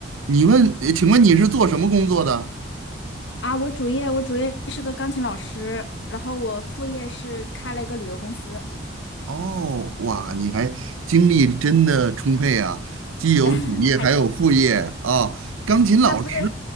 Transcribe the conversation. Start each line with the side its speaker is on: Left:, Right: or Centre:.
Right: 你问，呃请问你是做什么工作的？
Left: 啊，我主业我主业是个钢琴老师，然后我副业是开了一个旅游公司，
Right: 哦，哇，你还精力真的充沛啊，既有主业还有副业啊。
Left: <laughs> 还行。
Right: 钢琴老师，
Left: 那不是，